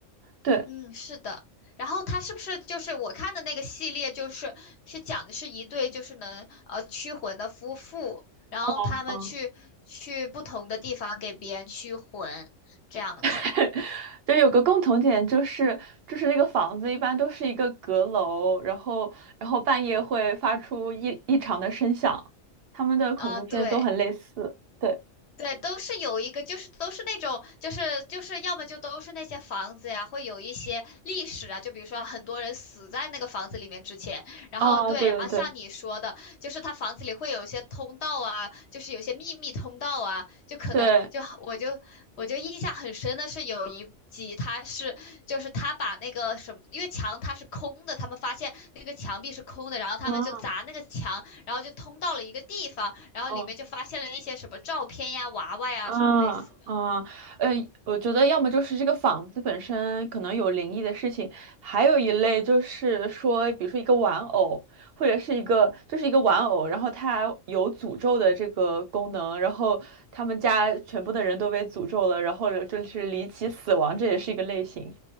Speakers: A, on the right (about 60°); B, on the left (about 60°).
A: 对，
B: 嗯，是的。然后它是不是就是我看的那个系列，就是是讲的是一对就是能呃驱魂的夫妇，然后他们去去不同的地方给别人驱魂，
A: 哦哦，
B: 这样子。
A: <laughs> 就有个共同点，就是就是那个房子一般都是一个阁楼，然后然后半夜会发出异异常的声响，他们的恐怖片都很类似。
B: 嗯、对。
A: 对，
B: 对，都是有一个，就是都是那种，就是就是要么就都是那些房子呀，会有一些历史啊，就比如说很多人死在那个房子里面之前，然后对，
A: 啊，对对对，
B: 然后像你说的，就是他房子里会有一些通道啊，就是有些秘密通道啊，就可能就我就我就印象很深的是有一集他是就是他把那个什么，
A: 对。
B: 因为墙它是空的，他们发现那个墙壁是空的，然后他们就砸那个墙，
A: 啊
B: 然后就通到了一个地方，然后里面就发现了一些什么照片呀、
A: 嗯。
B: 娃娃呀什么类似的。
A: 啊啊，呃，我觉得要么就是这个房子本身可能有灵异的事情，还有一类就是说，比如说一个玩偶，或者是一个就是一个玩偶，然后它有诅咒的这个功能，然后他们家全部的人都被诅咒了，然后就是离奇死亡，这也是一个类型，